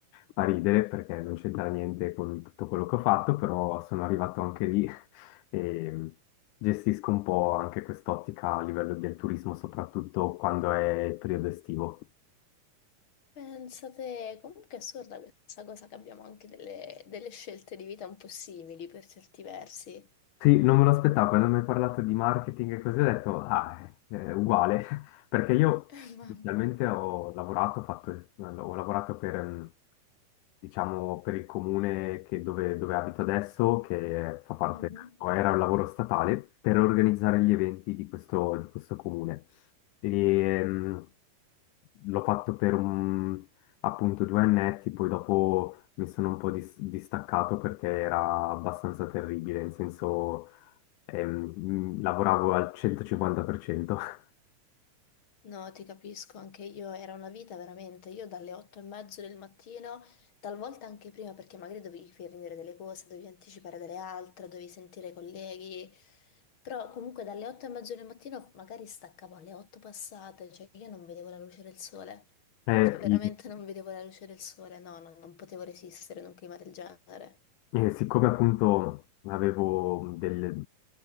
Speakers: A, on the left (about 80°); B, on the left (about 40°).
A: fa ridere perché non c'entra niente con tutto quello che ho fatto, però sono arrivato anche lì e gestisco un po' anche quest'ottica a livello del turismo, soprattutto quando è il periodo estivo.
B: pensa te. Comunque è assurda questa cosa che abbiamo anche delle, delle scelte di vita un po' simili per certi versi.
A: Sì, non me lo aspettavo, quando mi hai parlato di marketing e così ho detto, ah, è, è uguale, <laughs> perché io
B: <laughs> Mamma.
A: inizialmente ho lavorato, ho fatto- eh, ho lavorato per, mm, diciamo, per il comune che- dove, dove abito adesso, che fa parte,
B: Mhm.
A: o era un lavoro statale, per organizzare gli eventi di questo, di questo comune. E, mm, l'ho fatto per un, appunto due annetti, poi dopo mi sono un po' dis- distaccato perché era abbastanza terribile, in senso ehm, mh, lavoravo al 150%. <laughs>
B: No, ti capisco, anche io era una vita veramente. Io dalle otto e mezzo del mattino, talvolta anche prima, perché magari dovevi finire delle cose, dovevi anticipare delle altre, dovevi sentire i colleghi. Però comunque dalle otto e mezzo del mattino magari staccavo alle otto passate, cioè io non vedevo la luce del sole.
A: Eh,
B: Cioè veramente
A: i-
B: non vedevo la luce del sole, no, non, non potevo resistere in un clima del genere.
A: E siccome appunto avevo del,